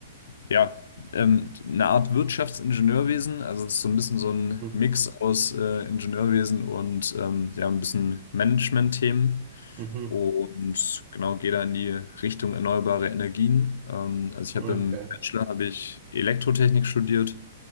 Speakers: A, on the left; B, on the right.
A: ja ähm, eine Art Wirtschaftsingenieurwesen. Also es ist so ein bisschen so ein
B: Hm,
A: Mix aus äh, Ingenieurwesen und ähm, ja, ein bisschen Management-Themen.
B: Mhm,
A: Und genau, gehe da in die Richtung erneuerbare Energien. Ähm, also ich
B: okay.
A: habe im Bachelor habe ich Elektrotechnik studiert